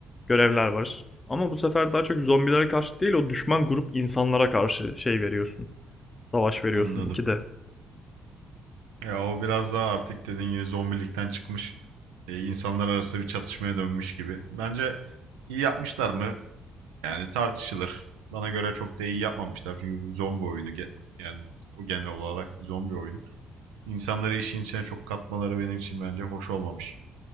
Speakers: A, on the left; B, on the right.
A: Görevler var. Ama bu sefer daha çok zombilere karşı değil o düşman grup insanlara karşı şey veriyorsun. Savaş veriyorsun
B: Anladım.
A: ikide.
B: Ya o biraz daha artık dediğin gibi zombilikten çıkmış. E, insanlar arası bir çatışmaya dönmüş gibi. Bence iyi yapmışlar mı? Yani tartışılır. Bana göre çok da iyi yapmamışlar. Çünkü bu zombi oyunu ge- yani o genel olarak bir zombi oyunu. İnsanları işin içine çok katmaları benim için bence hoş olmamış.